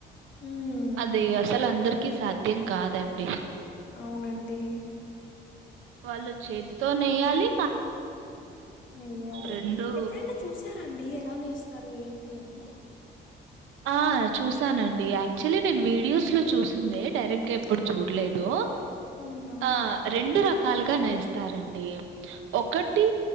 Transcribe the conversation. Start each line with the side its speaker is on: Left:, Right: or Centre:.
Left: హ్మ్
Right: అది అసలందర్కీ సాధ్యం కాదండి.
Left: ఔనండీ.
Right: వాళ్ళు చేత్తో నేయ్యాలి.
Left: నెయ్యాలి
Right: రెండు
Left: ఎప్పుడైన చూసారండి ఎలా నేస్తారు ఏన్ టి అనీ.
Right: ఆ చూసానండి యాక్చలి నేన్ వీడియోస్లొ చూసిందే డైరెక్ట్గ ఎప్పుడ్ చూడ్లేదు
Left: అవునా
Right: ఆ రెండు ర కాల్గా నేస్తారండీ ఒకటీ